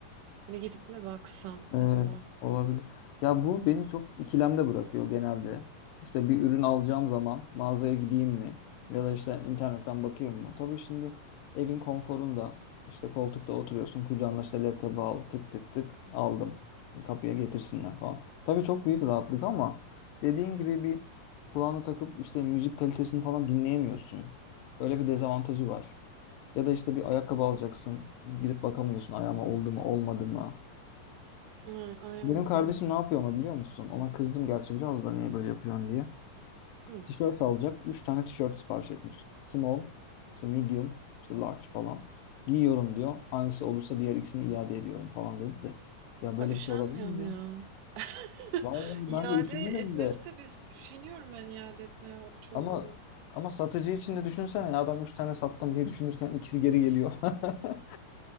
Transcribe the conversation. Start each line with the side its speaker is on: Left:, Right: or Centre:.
Right: hani gidip mi baksam
Left: Evet,
Right: acaba?
Left: olabilir. Ya bu beni çok ikilemde bırakıyor genelde. İşte bir ürün alacağım zaman mağazaya gideyim mi? Ya da işte internetten bakayım mı? Tabii şimdi evin konforunda işte koltukta oturuyorsun. Kucağına işte laptopu al. Tık tık tık aldım. Kapıya getirsinler falan. Tabii çok büyük rahatlık ama dediğin gibi bir kulağını takıp işte müzik kalitesini falan dinleyemiyorsun. Böyle bir dezavantajı var. Ya da işte bir ayakkabı alacaksın. Gidip bakamıyorsun ayağıma oldu mu olmadı mı?
Right: Aynen, aynen
Left: Benim kardeşim
Right: öyle.
Left: ne yapıyor ama biliyor musun? Ona kızdım gerçi biraz da niye böyle yapıyorsun diye.
Right: Hı.
Left: Tişört alacak. Üç tane tişört sipariş etmiş. Small, işte medium, işte large falan. Giyiyorum diyor. Hangisi olursa diğer ikisini iade ediyorum falan dedi de. Ya böyle
Right: A, üşenmiyorum
Left: bir şey olabilir mi?
Right: ya. <laughs>
Left: Vallahi
Right: İade
Left: ben de üşenirim
Right: etmesi
Left: de.
Right: de biz üşeniyorum ben iade etmeye çoğu
Left: Ama
Right: zaman.
Left: ama satıcı için de düşünsene ya adam üç tane sattım diye düşünürken ikisi geri geliyor. <laughs>